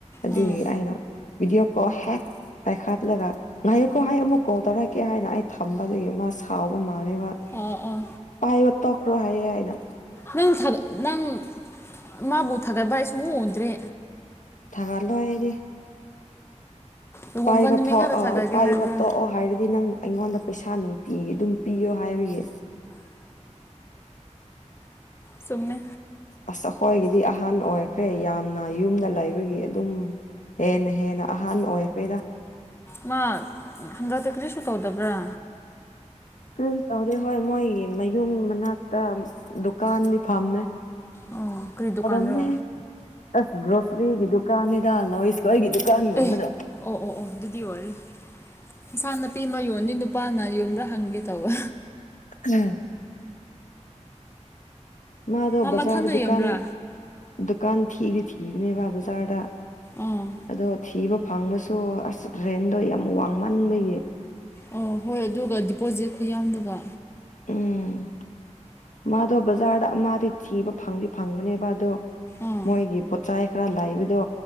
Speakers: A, on the left (about 85°); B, on the left (about 20°).
A: ꯑꯗꯨꯗ
B: ꯎꯝ
A: ꯑꯅ ꯕꯤꯗꯤꯑꯣ ꯀ ꯍꯦꯛ ꯄꯥꯏꯈꯥꯠꯂꯒ ꯉꯥꯏꯌꯣꯛꯀꯣ ꯍꯥꯏ ꯑꯃꯨꯛ ꯀꯣꯜ ꯇꯧꯔꯛꯀꯦ ꯍꯥꯏꯅ ꯑꯩ ꯊꯝꯕꯗꯒꯤ ꯃꯥ ꯍꯥꯎꯕ ꯃꯥꯜꯂꯦꯕ
B: ꯑꯣ ꯑꯣ
A: ꯄꯥꯏꯕ ꯇꯣꯛꯈ꯭ꯔꯣ ꯍꯥꯏꯌꯦꯦ ꯍꯥꯏꯅ
B: ꯅꯪ ꯅꯪ ꯃꯥꯕꯨ ꯊꯥꯒꯠꯄ ꯑꯩ ꯁꯨꯝ ꯑꯣꯣꯟꯟꯗ꯭ꯔꯦ
A: ꯊꯒꯔꯂꯣꯗꯤꯦ
B: ꯂꯨꯍꯣꯡꯕ
A: ꯄꯥꯏꯕ
B: ꯅꯨꯃꯤꯠ
A: ꯊꯣꯛ
B: ꯉꯥꯛꯇ
A: ꯑ
B: ꯊꯥꯒꯠꯒꯦ
A: ꯄꯥꯏꯕ
B: ꯍꯥꯏꯕ꯭ꯔꯥ
A: ꯊꯣꯛꯑꯣ ꯍꯥꯏꯔꯗꯤ ꯅꯪ ꯑꯩꯉꯣꯟꯗ ꯄꯩꯁꯥ ꯅꯨꯡꯇꯤꯒꯤ ꯑꯗꯨꯝ ꯄꯤꯌꯣ ꯍꯥꯏꯕꯒꯤ
B: ꯆꯨꯝꯃꯦ
A: ꯑꯁ ꯑꯩꯈꯣꯏꯒꯤꯗꯤ ꯑꯍꯥꯟ ꯑꯣꯏꯈ꯭ꯔꯦ ꯌꯥꯝꯅ ꯌꯨꯝꯗ ꯂꯩꯕꯒꯤ ꯑꯗꯨꯝ ꯍꯦꯟꯅꯥ ꯍꯦꯟꯅ ꯑꯍꯥꯟ ꯑꯣꯏꯈꯔ꯭ꯦꯗ
B: ꯃꯥ ꯍꯟꯗꯛꯇ ꯀꯔꯤꯁꯨ ꯇꯧꯗꯕ꯭ꯔꯥ
A: ꯎ ꯇꯧꯗꯦ ꯍꯣꯏ ꯃꯣꯏ ꯃꯌꯨꯝ ꯃꯅꯥꯛꯇ ꯗꯨꯀꯥꯟꯗꯤ ꯐꯝꯃꯦ
B: ꯑꯣ ꯀꯔꯤ
A: ꯃꯔꯝꯃꯦ
B: ꯗꯨꯀꯥꯟꯔꯣ
A: ꯑꯁ ꯒ꯭ꯔꯣꯁꯔꯤꯒꯤ ꯗꯨꯀꯥꯟꯅꯤꯗ ꯂꯣꯁ ꯈꯣꯏꯒꯤ ꯗꯨꯀꯥꯟꯒꯨꯝꯕꯗꯣ
B: ꯑꯦ ꯑꯣ ꯑꯣ ꯑꯣ ꯑꯗꯨꯗꯤ ꯑꯣꯏꯔꯦ ꯏꯟꯥ ꯅꯥꯄꯤ ꯑꯃ ꯌꯣꯟꯗ ꯅꯨ ꯅꯨꯄꯥꯅ ꯌꯣꯟꯗ ꯍꯪꯒꯦ ꯇꯧꯕ
A: ꯎꯝ ꯃꯥꯗꯣ
B: ꯃꯥ
A: ꯕꯖꯥꯔ
B: ꯃꯊꯟꯗ
A: ꯗꯨꯀꯥꯟ
B: ꯌꯦꯡꯕ꯭ꯔꯥ
A: ꯗꯨꯀꯥꯟ ꯊꯤꯗꯤ ꯊꯤꯕꯅꯦꯕ ꯕꯖꯥꯔꯗ
B: ꯑꯥ
A: ꯑꯗꯣ ꯊꯤꯕ ꯐꯪꯕꯁꯨ ꯑꯁ ꯔꯦꯟꯗꯣ ꯌꯥꯝ ꯋꯥꯡꯃꯟꯕꯒꯤ
B: ꯑꯣ ꯍꯣꯏ ꯑꯗꯨꯒ ꯗꯤꯄꯣꯖꯤꯠ ꯈꯨꯌꯥꯝꯗꯨꯒ
A: ꯎꯝ ꯃꯥꯗꯣ ꯕꯖꯥꯔꯗ ꯃꯥꯗꯤ ꯊꯤꯕ ꯐꯪꯗꯤ ꯐꯪꯕꯅꯦꯕ ꯑꯗꯣ
B: ꯑꯥ
A: ꯃꯣꯏꯒꯤ ꯄꯣꯠꯆꯥꯏ ꯈꯔ ꯂꯩꯕꯗꯣ